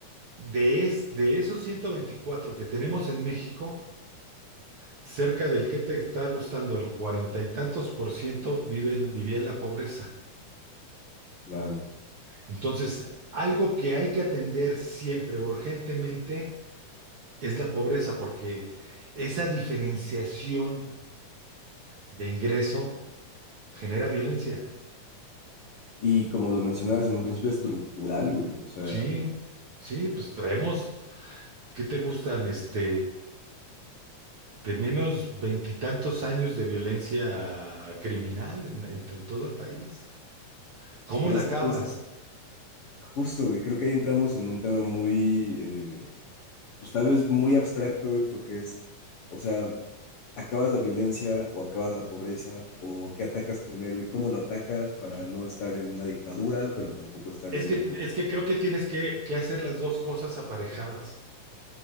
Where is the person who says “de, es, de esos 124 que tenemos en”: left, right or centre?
Right